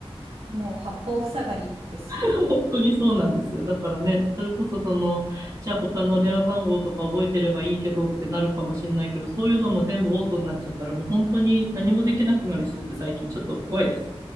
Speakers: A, on the right (about 75°); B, on the right (about 35°).
A: もう八方塞がりですよね。
B: <laughs> 本当にそうなんですよ。だからね、それこそその、じゃあ他の電話番号とか覚えてればいいけどってなるかもしれないけど、そういうのも全部オートになっちゃったら、もう本当に何もできなくなりそうって最近ちょっと怖いです。